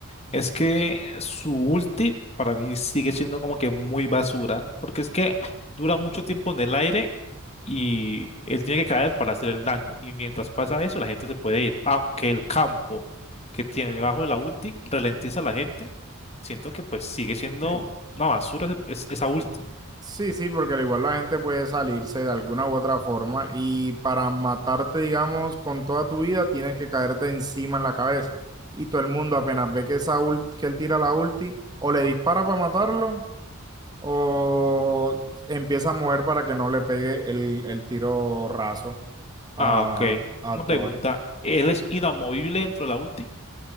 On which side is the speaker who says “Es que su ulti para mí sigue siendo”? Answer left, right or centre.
Left